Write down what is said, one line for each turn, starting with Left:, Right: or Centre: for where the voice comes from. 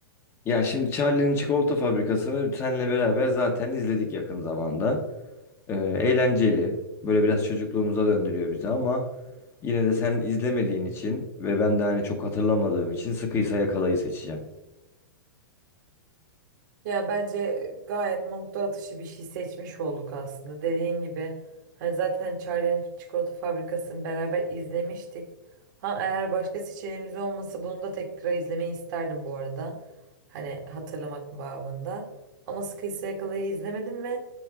Left: Ya şimdi Charlie'nin Çikolata Fabrikası'nı senle beraber zaten izledik yakın zamanda. Ee, eğlenceli. Böyle biraz çocukluğumuza döndürüyor bizi ama Yine de sen izlemediğin için ve ben de hani çok hatırlamadığım için sıkıysa yakalayı seçeceğim.
Right: Ya bence gayet nokta atışı bir şey seçmiş olduk aslında. Dediğin gibi hani zaten Charlie'nin çikolata fabrikasını beraber izlemiştik. Ha eğer başka seçeneğimiz olmasa bunu da tekrar izlemeyi isterdim bu arada. Hani hatırlamak babında. Ama Sıkıysa Yakala'yı izlemedim ve